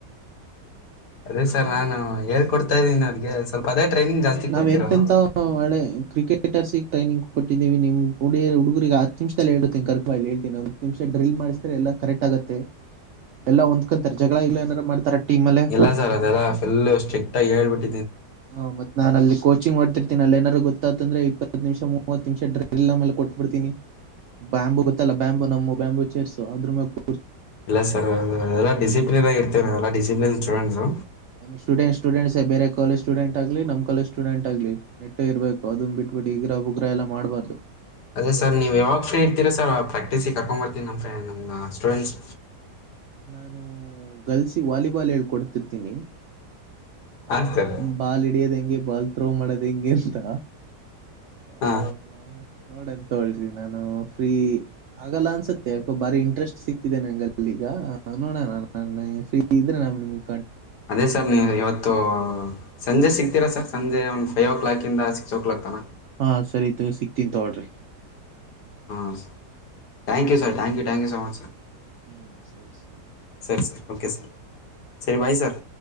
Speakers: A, on the left (about 70°); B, on the right (about 70°).
A: ಅದೇ ಸರ್ ನಾನು ಹೇಳ್ ಕೊಡ್ತಾ ಇದೀನಿ ಅವ್ರಿಗೆ ಸ್ವಲ್ಪ ಅದೇ ಟ್ರೈನಿಂಗ್ ಜಾಸ್ತಿ
B: ನಾವ್
A: ಕೊಡ್ತಿರೋದು.
B: ಎಂತೆಂತ ಒಳ್ಳೆ ಕ್ರಿಕೆಟರ್ಸಿಗೆ ಟ್ರೈನಿಂಗ್ ಕೊಟ್ಟಿದ್ದೀವಿ ನಿಮ್ ಉಡಿಯ ಹುಡುಗರಿಗೆ ಹತ್ತು ನಿಮಿಷದಲ್ಲಿ ಹೇಳ್ತೀನಿ ಕರ್ಕೊಂಡು ಬಾ. ಹೇಳ್ತೀನಿ. ನಿಮಿಷ ಡ್ರಿಲ್ ಮಾಡಿಸತಾರೆ ಎಲ್ಲಾ ಕರೆಕ್ಟ್ ಆಗುತ್ತೆ ಎಲ್ಲಾ ಹೊಂದ್ಕಂತಾರೆ ಜಗಳ ಇಲ್ಲ ಏನಾರ ಮಾಡ್ತಾರ. ಟೀಮ್ ಅಲ್ಲೇ
A: ಇಲ್ಲ ಸರ್ ಅದೆಲ್ಲ ಫುಲ್ ಸ್ಟ್ರಿಕ್ಟ್ ಆಗಿ ಹೇಳ್ಬಿಟ್ಟ
B: ಹಾ ಮತ್ತ್ ನಾನ್ ಅಲ್ಲಿ ಕೋಚಿಂಗ್ ಮಾಡ್ತಿರ್ತೀನಿ ಅಲ್ಲಿ ಏನಾರು ಗೊತ್ತಾತಂದ್ರೆ ಇಪ್ಪ ನಿಮಿಷಮೂ ಮೂವತ್ ನಿಮಿಷ ಡ್ರಿಲ್ ಆಮೇಲೆ ಕೊಟ್ಟು ಬಿಡ್ತೀನಿ ಬ್ಯಾಂಬು ಇರುತ್ತಲ್ಲ ಬ್ಯಾಂಬು ನಮ್ಮ ಬ್ಯಾಂಬು ಚೇರ್ಸ್ ಆದ್ರೂ ಮ್ಯಾಗು.
A: ಇಲ್ಲ ಸರ್ ಓವರ್ ಆಲ್ ಡಿಸಿಪ್ಲಿನ್ ಆಗ ಇರ್ತೇವೆ ನಾವು ಎಲ್ಲ ಡಿಸಿಪ್ಲಿನ್ ಪ್ಲಾನ್ ಜೋ
B: ನಮ್ಮಿ ಸ್ಟೂಡೆಂಟ್ ಸ್ಟೂಡೆಂಟ್ಸ್ ಬೇರೆ ಕಾಲೇಜು ಸ್ಟೂಡೆಂಟ್ ಆಗ್ಲಿ ನಮ್ಮ ಕಾಲೇಜು ಸ್ಟುಡೆಂಟ್ ಆಗಲಿ ನೆಟ್ಟ ಇರಬೇಕು ಅದನ್ನ ಬಿಟ್ಬಿಟ್ಟು ಇಗಿರಾಹುಲ್ ಉಗ್ರ ಎಲ್ಲ ಮಾಡ್ಬಾರ್ದು
A: ಅದೇ ಸರ್ ನೀವು ಯಾವಾಗ ಫ್ರೀ ಇರ್ತೀರಾ ಸರ್ ಪ್ರಾಕ್ಟೀಸ್ ಸಿ ಕರ್ಕೊಂಡು ಬರ್ತೀನಿ ನಮ್ಮ ಫ್ರೆಂಡ್ ನಮ್ಮ ಸ್ಟೂಡೆಂಟ್ಸ್.
B: ನಾನು ಗರ್ಲ್ಸ್ ಗೆ ವಾಲಿಬಾಲ್ ಹೇಳ್ಕೊಡ್ತಿರ್ತೀನಿ,
A: ಹಾಂ
B: ಆ
A: ಸರ್
B: ಬಾಲ್ ಹಿಡಿಯೋದ್ ಹೆಂಗೆ ಬಾಲ್ ಥ್ರೋ ಮಾಡೋದ್ ಹೆಂಗೆ ಅಂತ ಆಹ
A: ಹಾ
B: ನೋಡಂತೊಳ್ರಿ ನಾನು ಫ್ರೀ ಆಗಲ್ಲ ಅನ್ಸತ್ತೆ ಯಾಕೋ ಬಾರಿ ಇಂಟ್ರೆಸ್ಟ್ ಸಿಕ್ತಿದೆೆ ನಂಗೆಲ್ಲಿ ಈಗ. ಎನ್ನೋಣ ನನ್ನ ಫ್ರೀ ಇದ್ರೆ ನಾ ನಿನಗೆ,
A: ಅದೇ ಸರ್ ನೀ ಇವತ್ತು ತ್ತೊ ಸಂಜೆ ಸಿಕ್ತೀರಾ ಸರ್ ಸಂಜೆ ಅವ್ ಟ್ವಲ್ವ್ ಓ ಕ್ಲಾಕ್ ಇಂದ ಸಿಕ್ಸ್ ಓ ಕ್ಲಾಕ್ ತನ
B: ಹಾ ಸರಿತು ಸಿಗ್ತೀನ್ ತಗೋಳ್ರಿ.
A: ಹಾಂ thank you sir thank you thank you so much sir.
B: ಹ್ಮ್ ಸರಿ ಸರಿ,
A: ಸರಿ ಸರ್ ಓಕೆ ಸರ್ ಸರಿ ಬಾಯ್ ಸರ್